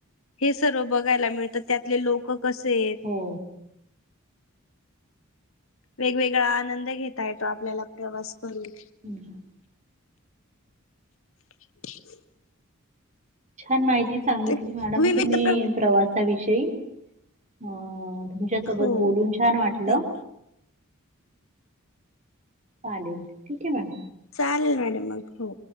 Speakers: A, on the left (about 75°); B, on the right (about 35°).
A: हे सर्व बघायला मिळतं, त्यातले लोक कसे आहेत?
B: हो.
A: वेगवेगळा आनंद घेता येतो, आपल्याला प्रवास करून.
B: <inaudible>
A: तेच.
B: छान माहिती सांगितली,
A: ते
B: मॅडम
A: विविध
B: तुम्ही प्रवास- विषयी. अ.. तुमच्या सोबत
A: हो
B: बोलून छान वाटलं-
A: थँक्यू
B: चालेल ठीक आहे मॅम.
A: चालेल, मॅडम मग हो.